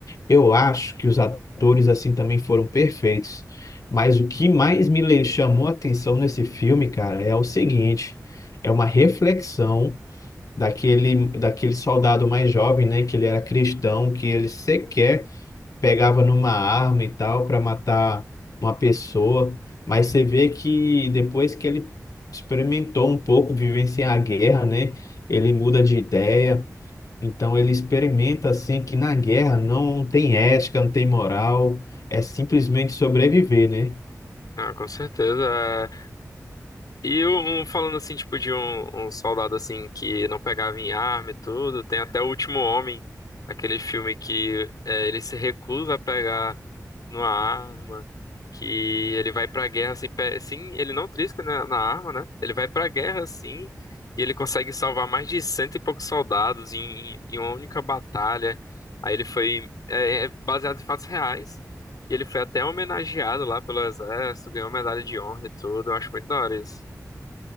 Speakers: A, on the left; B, on the left.
A: eu acho que os atores assim também foram perfeitos. Mas o que mais me le- chamou a atenção nesse filme, cara, é o seguinte, é uma reflexão daquele daquele soldado mais jovem, né, que ele era cristão, que ele sequer pegava numa arma e tal para matar uma pessoa, mas você vê que depois que ele experimentou um pouco vivenciar a guerra, né, ele muda de ideia então ele experimenta assim que na guerra não tem ética, não tem moral, é simplesmente sobreviver, né?
B: ah, com certeza. E um, falando assim, tipo, de um, um soldado assim que não pegava em arma e tudo, tem até O Último Homem, aquele filme que é, ele se recusa a pegar numa arma, que ele vai pra guerra assim, pe- sim, ele não trisca na, na arma, né? Ele vai pra guerra assim, e ele consegue salvar mais de cento e poucos soldados em, em uma única batalha. Aí ele foi é, é baseado em fatos reais. E ele foi até homenageado lá pelo exército, ganhou medalha de honra e tudo. Eu acho muito da hora isso.